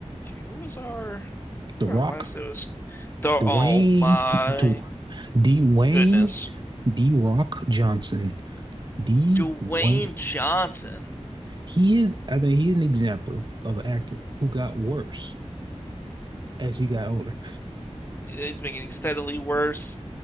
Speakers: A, on the left (about 20°); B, on the right (about 40°).
A: Okay, who was our,
B: The
A: our
B: Rock,
A: last? It was the oh
B: Dwayne,
A: my
B: Dw- Dwayne,
A: goodness,
B: D Rock Johnson, Dwayne.
A: Dwayne Johnson.
B: He is, I think he's an example of an actor who got worse as he got older.
A: He's been getting steadily worse.